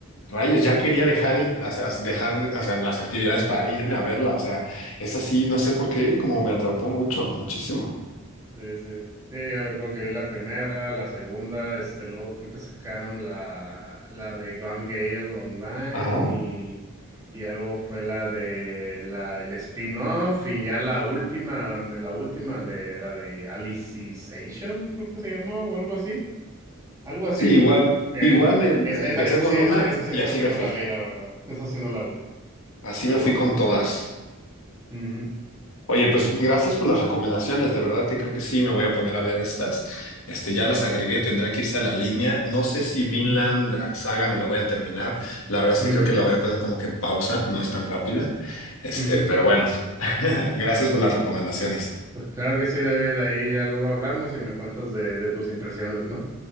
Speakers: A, on the left; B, on the right.
A: rayos, ya quería dejar el, o sea, dejar, o sea, las actividades para irme a verla. O sea, esa sí no sé por qué, como me atrapó mucho, muchísimo.
B: Sí, sí. Sí, yo creo que vi la primera, la segunda, este, luego creo que sacaron la, la de Gone Gale online
A: Ajá.
B: y, y ya luego fue la de la, el spin-off y ya la última, la última, le- la de Alicization, creo que se llamaba o algo así. Algo así.
A: Sí, igual,
B: Que
A: igual me
B: esa, esa,
A: empecé
B: esa,
A: con
B: sí- esa,
A: una
B: sí- esa, sí-
A: y
B: esa
A: así
B: sí
A: me
B: no
A: fui.
B: la vi, la verdad. Esa sí no la vi.
A: Así
B: Te
A: me
B: voy
A: fui
B: a ser
A: con
B: sincero.
A: todas.
B: Ujú,
A: Oye, pues gracias por las recomendaciones. De verdad que creo que sí me voy a poner a ver estas. Este, ya las agregué, tendrán que irse a la línea. No sé si
B: ujú,
A: Vinland eh, Saga me la voy a terminar. La verdad es
B: ujú,
A: que creo que la voy a poner como que en pausa, no es tan rápida. Este,
B: ujú, ujú.
A: pero bueno, <laughs> gracias por las recomendaciones.
B: Pues Claro que sí, David. Ahí ya luego hablamos y me cuentas de, de tus impresiones, ¿no?